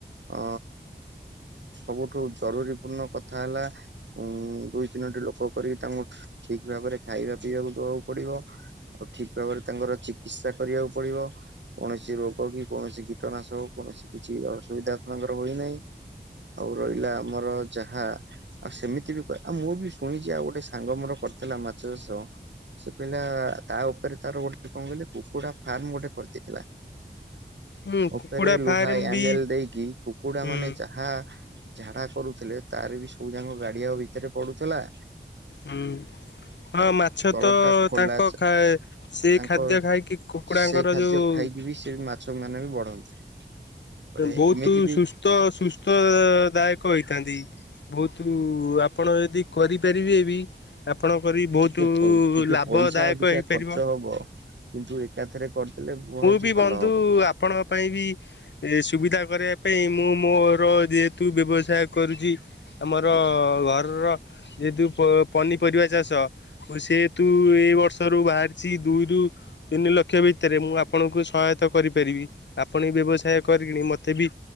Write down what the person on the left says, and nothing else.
ହୁଁ
କୁକୁଡ଼ା
ଫାର୍ମ
ବି
ହୁଁ
ହୁଁ ହଁ
ମାଛ
ତ
ତାଙ୍କ କା ସେ
ଖାଦ୍ୟ ଖାଇକି କୁକୁଡ଼ାଙ୍କର
ଯୋଉ
ବହୁତ
ସୁସ୍ ସୁସ୍ଥ ଦାୟକ ହେଇଥାନ୍ତି ବହୁତ ଆପଣ ଯଦି କରିପାରିବେ ବି ଆପଣଙ୍କ ବି ବହୁତ
ଲାଭଦାୟକ
ହେଇପାରିବ।
ବି ବନ୍ଧୁ
ଆପଣଙ୍କ ପାଇଁ ବି ଏ ସୁବିଧା କରିବା ପାଇଁ ମୁଁ ମୋର ଯେହେତୁ ବ୍ୟବସାୟ କରୁଚି ଆମର ଘରର ଯେହେତୁ ପନିପରିବା ଚାଷ ସେହତୁ ଏଇ ବର୍ଷରୁ ବାହାରିଚି ଦୁଇରୁ ତିନି ଲକ୍ଷ ଭିତରେ ମୁଁ ଆପଣଙ୍କୁ ସହାୟତା କରିପାରିବି। ଆପଣ ବ୍ୟବସାୟ କରିକିଣି ମୋତେ ବି